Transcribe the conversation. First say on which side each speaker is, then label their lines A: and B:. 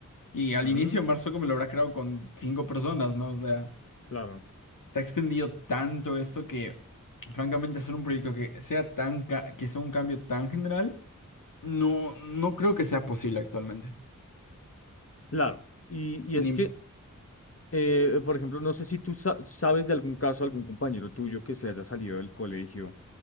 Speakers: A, on the left; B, on the left.
A: Y al
B: Ujú,
A: inicio Mark Zuckerberg lo habrá creado con cinco personas, ¿no? O sea,
B: claro.
A: se ha extendido tanto eso que, francamente, hacer un proyecto que sea tan ca- que sea un cambio tan general, no, no creo que sea posible actualmente.
B: Claro, y, y
A: Sin
B: es
A: im-
B: que, eh, por ejemplo, no sé si tú sa- sabes de algún caso, algún compañero tuyo que se haya salido del colegio